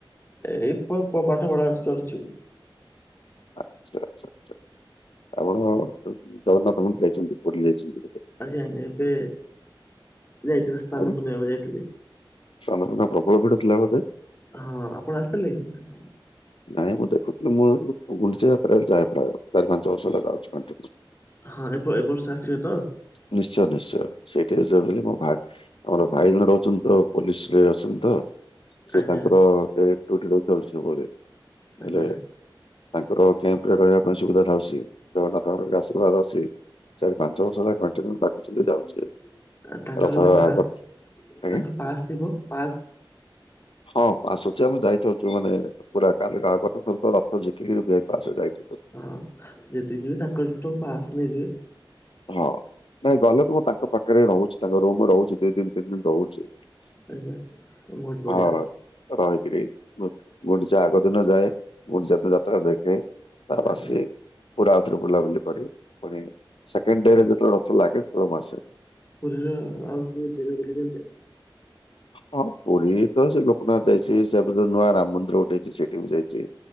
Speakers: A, on the left (about 30°); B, on the left (about 85°).
A: ଏଇ ପ୍ପ ପାଠ ପଢା ଚାରଚି।
B: ଆଛା ଚ୍ଛା ଛା, ଆପଣ ଜଗନ୍ନାଥ ମନ୍ଦିର ଯାଇଛନ୍ତି, ପୁରୀ ଯାଇଛନ୍ତି କେବେ?
A: ଆଜ୍ଞା ଆଜ୍ଞା, ଏବେ ଯାଇଥିଲି, ସ୍ନାନ
B: ଆଜ୍ଞା
A: ପୂର୍ଣ୍ଣିମାକୁ ଯାଇଥିଲି।
B: ସ୍ନାନ ପୂର୍ଣ୍ଣା ପ୍ରବଳ ଭିଡ଼ ଥିଲା ବୋଧେ।
A: ହଁ, ଆପଣ ଆସିଥିଲେ କି?
B: ନାଇଁ, ମୁଁ ଦେଖୁଥିଲି। ମୁଁ ଗୁଣ୍ଡିଚା ଯାତ୍ରା ଯାଏ ପ୍ରାୟ। ଚାରି ପାଞ୍ଚ ବର୍ଷ ହେଲା ଯାଉଛି କଣ୍ଟିନିୟୁ।
A: ହଁ, ଏପ ଏବର୍ଷ ଆସିବେ ତ?
B: ନିଶ୍ଚୟ, ନିଶ୍ଚୟ, ସେଇଠି ଯେ <unintelligible> ମୋ ଭା ଆମର ଭାଇ ଜଣେ ରହୁଛନ୍ତି ତ, ପୋଲିସ ରେ ଅଛନ୍ତି ତ, ସେ
A: ଆଜ୍ଞା
B: ତାଙ୍କର ଏ ଟୁଟୁ ଟା ଚାଲୁଛି ତମଆଡ଼େ,
A: ଆଜ୍ଞା
B: ହେଲେ ତାଙ୍କର କେମ୍ପରେ ରହିବା ପାଇଁ ସୁବିଧା ଥାଉଛି। ଜଗନ୍ନାଥଙ୍କର ଆଶୀର୍ବାଦ ଅଛି। ଚାରି ପାଞ୍ଚ ବର୍ଷ ହେଲା <unintelligible> ଯାଉଚି
A: ଆ, ତାଙ୍କର
B: ରଥ
A: ବି ପାସ୍!
B: ଆଗ। ଆଜ୍ଞା
A: ତାଙ୍କର ପାସ୍ ଥିବ ପାସ୍।
B: ହଁ, ପାସ୍ ଅଛି। ଆମେ ଯାଇଥାଉଛୁ ମାନେ ପୁରା କାଲି ରା ଗତ ଥର ତ, ରଥ ଝିକିକି ବ୍ରେକ୍ ପାସ୍ ଯାଇଛୁ <unintelligible>
A: ହଁ, ଯେତେ ଯିବେ ତାଙ୍କଠୁ ତ ପାସ୍ ନେଇଯିବେ।
B: ହଁ, ନାଇଁ ଗଲେ ତ, ମୁଁ ତାଙ୍କ ପାଖରେ ହି ରହୁଛି, ତାଙ୍କ ରୁମ୍ ରହୁଛି ଦି ଦିନ ଦିନେ ଦଉଛି।
A: ଆଜ୍ଞା ବହୁତ ବଢିଆ
B: ହ ରହିକିରି ମୁଁ ଗୁଣ୍ଡିଚା ଆଗଦିନ ଯାଏ। ଗୁଣ୍ଡିଚା ଦିନ ଯାତ୍ରା ଦେଖେ, ତାବାସେ
A: ଆଜ୍ଞା।
B: ପୁରା ଆଉଥରେ ବୁଲାବୁଲି କରି, ପୁଣି ସେକେଣ୍ଡ ଡେରେ ଯେତେଳେ ରଥ ଲାଗେ, ମୁଁ ଆସେ।
A: ପୁରୀର ଆଉ କୋଉ ଜେଗା ବୁଲିଚନ୍ତି?
B: ହଁ, ପୁରୀ ତ ସେଇ ଲୋକନାଥ ଯାଇଛି। ସେ ପର ଯ ନୂଆ ରାମ ମନ୍ଦିର ଗୋଟେ ହେଇଛି, ସେଇଠି ବି ଯାଇଛି।